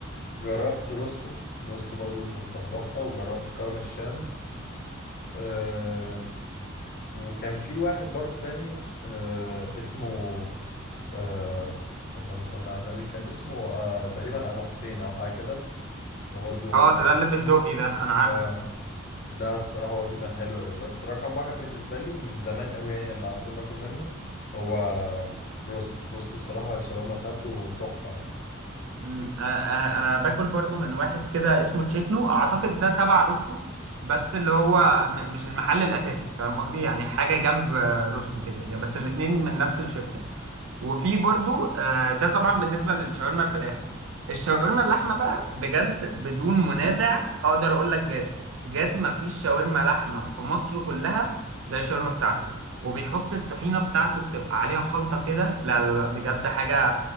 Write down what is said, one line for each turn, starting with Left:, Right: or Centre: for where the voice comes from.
Left: جربت روستو روستو برضو كان تحفة وجربت كرم الشام آه، وكان في واحد برضو تاني آه، اسمه آه، اللهم صل على النبي كان اسمه آه، تقريبا أبو حسين أو حاجة كده ده برضو
Right: اه
Left: حاجة
Right: ده ده اللي في الدقي ده انا عارفه
Left: آه، ده الصراحة برضو كان حلو أوي بس رقم واحد بالنسبة لي من زمان أوي يعني اللي على طول باكل منه هو روستو روستو الصراحة الشاورما بتاعته تحفة يعني
Right: مم. انا أنا- أنا باكل برضو من واحد كده اسمه تشيكنو اعتقد ده تبع روستو بس اللي هو م- مش المحل الاساسي فاهم قصدي يعني حاجه جنب آه، روستو كده يعني بس الاتنين من نفس الشركه وفي برضو آه، ده طبعا بالنسبه للشاورما الفراخ الشاورما اللحمه بقى بجد بدون منازع اقدر اقول لك جد جد ما فيش شاورما لحمه في مصر كلها زي الشاورما بتاعته وبيحط الطحينه بتاعته بتبقى عليها خلطه كده لا لا لا، بجد حاجه